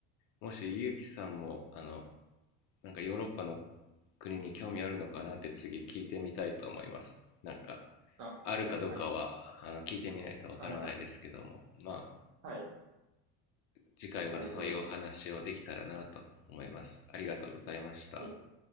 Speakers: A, on the left (about 55°); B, on the right (about 45°).
A: もしゆうきさんも、あの、なんかヨーロッパの国に興味あるのかなって次聞いてみたいと思います。なんか、
B: あ、
A: あるかどうかは、
B: はい。
A: あの、聞いてみないとわからないですけども、
B: あ、
A: まあ、
B: はい。
A: 次回はそういうお話をできたらなと思います。
B: ありがとうございます。
A: ありがとうございました。
B: はい。